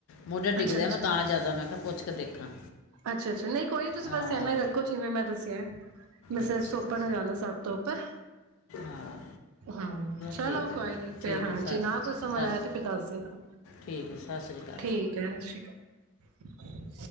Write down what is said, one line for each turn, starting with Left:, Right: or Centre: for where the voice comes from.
Left: ਮੁੋਢਾ ਡਿੱਗਦੇ
Right: ਅੱਛਾ ਅੱਛਾ
Left: ਆ ਨਾ ਤਾਂ ਜੈਦਾ ਮੈਂ, ਤਾਂ ਜਿਆਦਾ ਮੈਂ ਕਿਹਾ ਪੁੱਛ ਦੇਖਾਂ
Right: ਅੱਛਾ ਅੱਛਾ ਨਹੀਂ ਕੋਈ ਨੀ ਤੁਸੀਂ
Left: ਹਾਂ
Right: ਬਸ ਇਨਾ ਹੀ ਰੱਖੋ ਜਿਵੇਂ ਮੈਂ ਦੱਸਿਆ <unintelligible> ਮਿਸਿਸ
Left: ਅੱਛਾ
Right: ਸੋਪੜ ਨਾਲ ਜਾਦਾਥ ਧਰੋਪਾ <inaudible>
Left: ਹਾਂ
Right: ਹਾਂ ਚਲੋ
Left: ਠੀਕ ਹੈ
Right: ਕੋਈ ਨੀ, ਫਿਰ
Left: ਠੀਕ
Right: ਹਾਂ
Left: ਹੈ ਸਸ
Right: ਜੀ ਨਾ ਕੋਈ ਸਮਝ
Left: ਸਸ
Right: ਆਇਆ ਤੇ ਫਿਰ ਦੱਸ ਦੇਣਾ
Left: ਠੀਕ ਹੈ ਸਤਿ ਸ਼੍ਰੀ ਅਕਾਲ
Right: ਠੀਕ ਹੈ। ਸਤ ਸ਼੍ਰੀ ਅਕਾਲ।